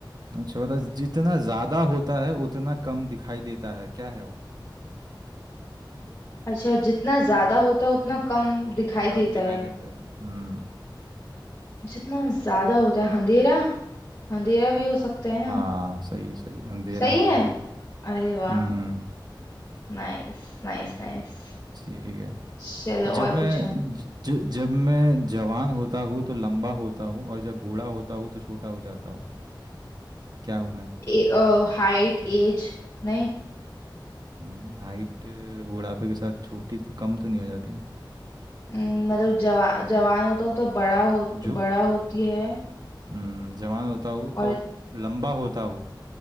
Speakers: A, on the right; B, on the left.
A: अच्छा बता जितना ज़्यादा होता है उतना कम दिखाई देता है क्या है वो
B: अच्छा जितना ज्यादा होता है उतना कम दिखाई
A: कम
B: देता
A: दिखाई
B: है
A: देता है हम्म
B: जितना ज्यादा होता है अंधेरा अंधेरा भी हो सकता है
A: हाँ
B: ना
A: सही है सही है अंधेरा
B: सही
A: ही
B: है
A: है
B: अरे वाह
A: हम्म
B: नाइस नाइस नाइस
A: ठीक है
B: चलो
A: जब
B: और
A: मैं
B: पूछो
A: ज, ज- जब मैं जवान होता हूँ तो लंबा होता हूँ और जब बूढ़ा होता हूँ तो छोटा हो जाता हूँ क्या हूँ मैं
B: ए, हाइट एज नहीं
A: नहीं हाइट बुढ़ापे के साथ छोटी तो कम तो नहीं हो जाती है
B: अम, मतलब जवा जवान होता हूँ तो बड़ा हो
A: झुक
B: बड़ा होती है
A: हम्म, जवान होता हूँ
B: और
A: तो लंबा होता हूँ